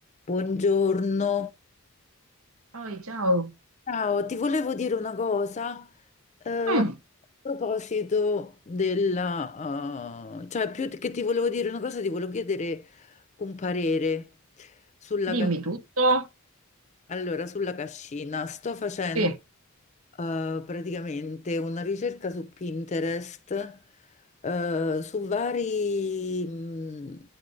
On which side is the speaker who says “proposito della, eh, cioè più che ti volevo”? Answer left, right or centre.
Left